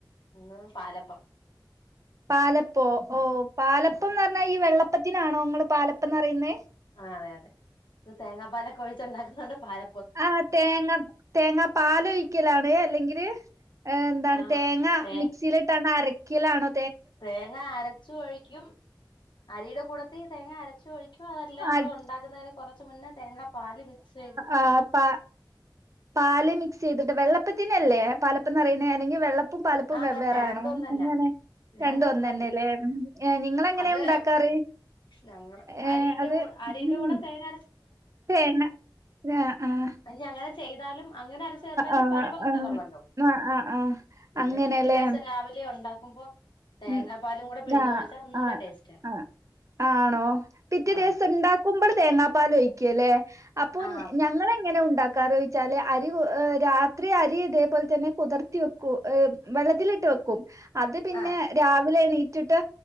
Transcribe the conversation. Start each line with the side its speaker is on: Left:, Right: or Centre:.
Left: ഇന്ന് പാലപ്പം.
Right: പാലപ്പോ ഓ പാലപ്പന്നറഞ്ഞാ ഈ വെള്ളപ്പത്തിനാണോ ങ്ങള് പാലപ്പന്ന് പറയുന്നേ?
Left: ആ അതെ അതെ ഇത് തേങ്ങാപ്പാലൊക്കൊഴിച്ചുണ്ടാക്കുന്നോണ്ട് പാല
Right: ആ തേങ്ങ തേങ്ങാപാലൊഴിക്കലാണ്? അല്ലെങ്കില്? ഏ ന്താണ്
Left: ആഹ്
Right: തേങ്ങ
Left: തേ
Right: മിക്സിയിലിട്ടാണ് അര ക്കിലാണോ?
Left: തേങ്ങ അരച്ചു ഒഴിക്കും അരിയുടെ കൂടത്തി തേങ്ങ അരച്ചു ഒഴിക്കും അതല്ല
Right: ആഹ്
Left: മ്മള് ഉണ്ടാക്കുന്നതിന് കൊറച്ച മുന്നേ തേങ്ങാ പാൽ മിക്സ് ചെയ്തിട്ട്
Right: ആ പ പാല് മിക് ചെയ്തിട്ട് വെള്ളപ്പത്തിനല്ലേ പലപ്പന്ന്റയണെ അല്ലെങ്കിൽ വെള്ള പ്പും പാലപ്പും
Left: ആ
Right: വെവ്വേറാണോ
Left: തന്നെ രണ്ടും ഒന്ന് തന്നെ
Right: ങ്ങനെ
Left: രണ്ടും
Right: രണ്ടുന്നന്നെല്ലേ
Left: ഒന്ന് തന്നെ
Right: നിങ്ങള് എങ്ങനാ
Left: അത്
Right: ഉണ്ടാക്കാറ്
Left: ഞങ്ങള്
Right: ഏ
Left: അരിന്റെ
Right: അത്
Left: കൂ അരിന്റെ
Right: ഉം
Left: കൂടെ തേങ്ങ
Right: തേങ്ങ ആഹ് ആഹ്
Left: അനി അങ്ങനെ ചെയ്താലും അങ്ങനെ അരച്ച് ചേർത്തല്
Right: ആഹ്
Left: പരുവം കിട്ടത്തുള്ളല്ലോ
Right: ആഹ് ആഹ് ആഹ് ആഹ് ആഹ്
Left: പിന്നെ
Right: അങ്ങനെല്ലേ
Left: പിറ്റേ ദിവസം രാവിലെ ഉണ്ടാക്കുമ്പോ തേങ്ങാപ്പാലും
Right: ഉ ഉ
Left: കൂടെ പിഴിഞ്ഞൊഴിച്ചാ
Right: ആ
Left: ഒന്നുകൂടെ
Right: ആ
Left: ടേസ്റ്റാണ്
Right: ആ ആണോ പിറ്റേ
Left: ആ
Right: ദിവസം ഉണ്ടാക്കുമ്പോൾ തേങ്ങാപ്പാൽ ഒഴിക്കുവല്ലേ അപ്പൊ
Left: ആ
Right: എങ്ങനെ ഉണ്ടാക്കാർ ച്ചാല് അരി രാത്രി അരി ഇതേപോലെ തന്നെ കുതിർത്തി വെക്കും വെള്ളത്തിലിട്ട് വെക്കും അത് പിന്നെ
Left: ആ
Right: രാവിലെണ ട്ടിട്ട്